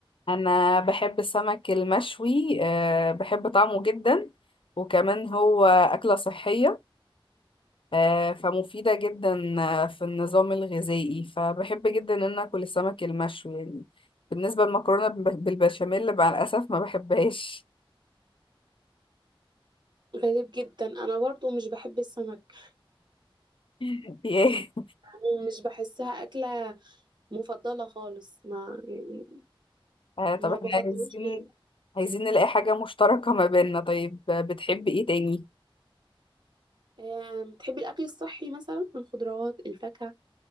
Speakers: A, on the left; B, on the right.
A: انا بحب السمك المشوي آه، بحب طعمه جدا وكمان هو أكلة صحية آه، فمفيدة جدا آه، في النظام الغذائي فبحب جدا ان اكل السمك المشوي يعني بالنسبة للمكرونة بالب- بالبشاميل مع الأسف ما بحبهاش
B: غريب جدا انا برضو مش بحب السمك
A: <laughs> إنتي ايه
B: يعني مش بحسها اكله مفضله خالص ما يعني
A: آه طب
B: ما
A: احنا
B: بفضلوش
A: عايزين
B: نهائي
A: عايزين نلاقي حاجة مشتركة ما بيننا طيب آه، بتحب ايه تاني؟
B: آه، بتحبي الاكل الصحي مثلا الخضروات الفاكهه